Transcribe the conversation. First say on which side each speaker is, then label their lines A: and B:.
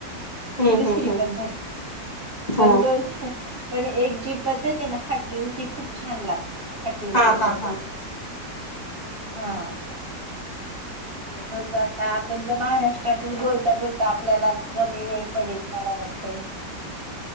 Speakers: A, on the left; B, on the right.
A: हम्म
B: की दुसरी
A: हम्म हम्म
B: पद्धत पण
A: हा
B: दोन पण एक जी पद्धत आहे ना हटून ती खूप छान लागते हटून
A: हा
B: केलेलं
A: हा हा
B: बेस हम्म हो का. आपण त महाराष्ट्रातच बोलता बोलता आपल्याला कमी वेळ पडेल मला वाटतय.